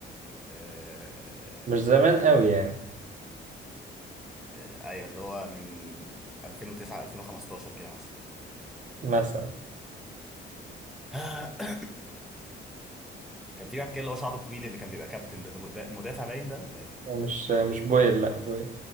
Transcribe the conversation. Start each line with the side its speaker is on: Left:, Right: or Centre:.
Centre: آه...
Right: مش زمان قوي يعني
Centre: آه... ايوه اللي هو من 2009 2015 كده مثلا
Right: مثلا
Centre: <coughs> كان في واحد كده اللي هو شعره طويل اللي كان بيبقى كابتن ده, ده مد- مدافع باين ده ولا ايه؟
Right: مش مش بويل لا بويل